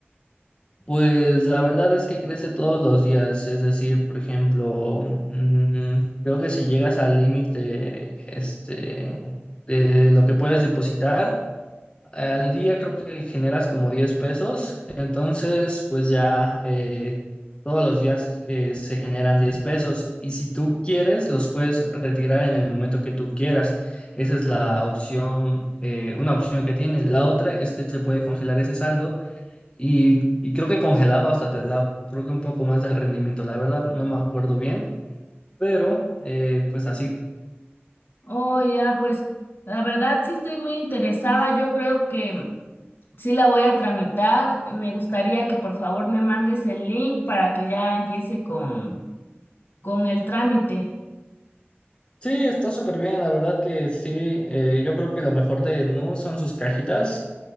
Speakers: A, on the left; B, on the left.
A: Pues la verdad es que crece todos los días, es decir, por ejemplo, mm, creo que si llegas al límite, este, de lo que puedes depositar, Al día creo que generas como 10 pesos, entonces pues ya eh, todos los días eh, se generan 10 pesos y si tú quieres los puedes retirar en el momento que tú quieras. Esa es la opción, eh, una opción que tiene. La otra es que se puede congelar ese saldo y, y creo que congelado hasta te da creo que un poco más de rendimiento. La verdad no me acuerdo bien, pero eh, pues así.
B: Oh, ya, pues la verdad sí estoy muy interesada. Yo creo que mm, sí la voy a tramitar. Me gustaría que por favor me mandes el link para que ya empiece con, con el trámite.
A: Sí, está súper bien, la verdad que sí, eh, yo creo que lo mejor de Nu son sus cajitas